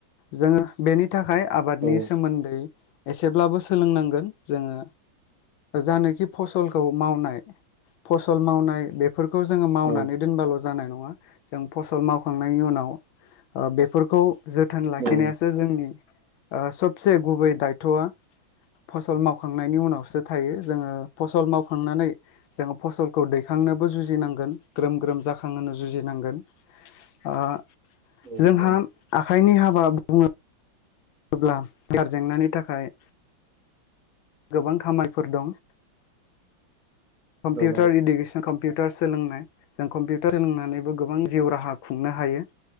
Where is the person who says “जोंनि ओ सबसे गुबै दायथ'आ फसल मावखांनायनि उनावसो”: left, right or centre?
Left